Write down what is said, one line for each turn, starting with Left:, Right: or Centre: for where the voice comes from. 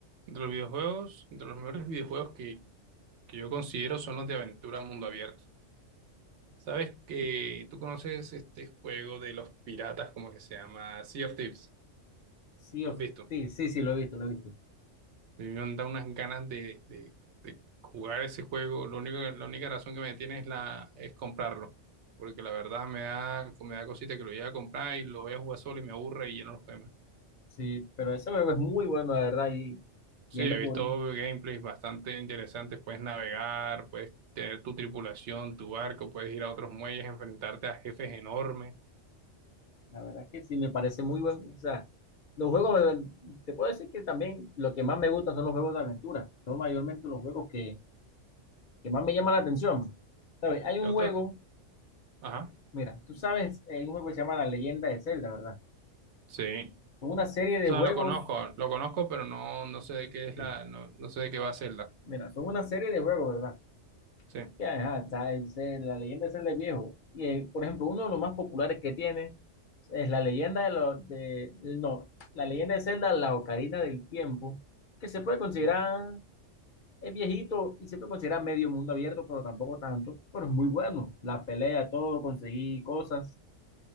Right: Entre los videojuegos, entre los mejores videojuegos que, que yo considero son los de aventura mundo abierto. ¿Sabes que tú conoces este juego de los piratas, como que se llama Sea of Thieves?
Left: Sea
Right: ¿Lo
Left: of
Right: has visto?
Left: Thieves, sí, sí, lo he visto, lo he visto.
Right: A mí me da unas ganas de, de- de jugar ese juego. Lo único, la única razón que me detiene es, la, es comprarlo. Porque la verdad me da, me da cosita que lo llegue a comprar y lo voy a jugar solo y me aburre y ya no lo juego
Left: Sí, pero ese juego es muy bueno, la verdad, y
Right: Sí,
Left: yendo
Right: he visto
Left: por,
Right: gameplays bastante interesantes. Puedes navegar, puedes tener tu tripulación, tu barco, puedes ir a otros muelles, enfrentarte a jefes enormes.
Left: la verdad que sí, me parece muy bueno. O sea, los juegos, eh, te puedo decir que también lo que más me gusta son los juegos de aventura, son mayormente los juegos que, que más me llaman la atención. ¿Sabes? Hay
Right: ¿Te
Left: un
Right: gusta?
Left: juego,
Right: Ajá.
Left: mira, tú sabes, eh, hay un juego que se llama La Leyenda de Zelda, ¿verdad?
Right: Sí.
Left: Son una serie de
Right: O sea,
Left: juegos,
Right: lo conozco, lo conozco, pero no, no sé de qué es
Left: Sí.
Right: la, no, no sé de qué va a ser la.
Left: mira, son una serie de juegos, ¿verdad?
Right: Sí,
Left: que ajá, está el ser- la leyenda es Zelda viejo. Y eh, por ejemplo, uno de los más populares que tiene es la leyenda de los de no, la leyenda de Zelda, la Ocarina del Tiempo, que se puede considerar
Right: sí.
Left: es viejito y se puede considerar medio mundo abierto, pero tampoco tanto, pero es muy bueno. La pelea, todo, conseguí cosas